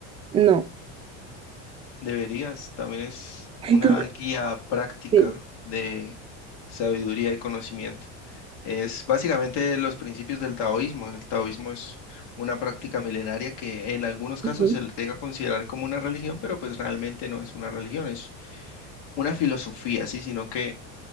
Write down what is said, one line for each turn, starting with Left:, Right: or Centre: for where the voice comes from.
Right: No.
Left: Deberías, también es
Right: <laughs>
Left: una
Right: Entonces,
Left: guía práctica
Right: sí.
Left: de sabiduría y conocimiento. Es básicamente los principios del taoísmo. El taoísmo es una práctica milenaria que en algunos casos
Right: Ujú.
Left: se le llega a considerar como una religión, pero pues realmente no es una religión, es una filosofía, sí, sino que